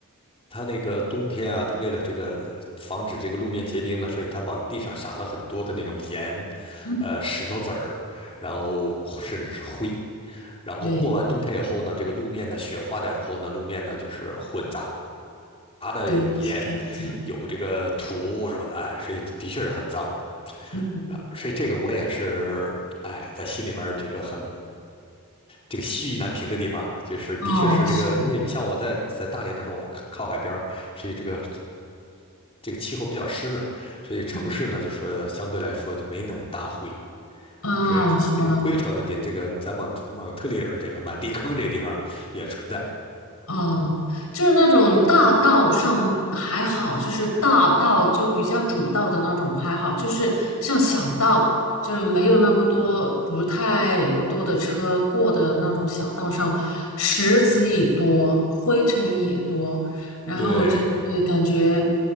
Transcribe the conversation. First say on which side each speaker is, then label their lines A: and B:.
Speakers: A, on the left; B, on the left.
A: 它那个冬天啊，它为了这个防止这个路面结冰呢，所以它往地上撒了很多的那种盐，
B: 嗯，
A: 呃，石头子儿，然后甚至是灰。然后过完冬天以后呢，
B: 对
A: 这个路面的雪化掉以后呢，路面呢就是混杂的有盐，
B: 对，是这样子，
A: 有这个土什么的，哎，所以的确是很脏
B: 嗯，
A: 啊。所以这个我也是，哎，在心里面觉得很这个西意难平的地方啊，就是的确是这个，
B: 哦，是的。
A: 因为你像我在在大连的时候，我们靠靠海边儿所以这个这个气候比较湿润，所以城市呢，
B: 嗯。
A: 就是相对来说就没那么大灰，
B: 啊，
A: 所以这个灰尘问题，
B: 是吧？
A: 这个在蒙蒙特利尔这个满地坑这地方也存在，
B: 啊，就是那种大道上还好，就是大道就比较主道的那种还好，就是像小道，就是没有那么多不太多的车过的那种小道上，石子也多，灰尘也多，然后就会感觉
A: 对，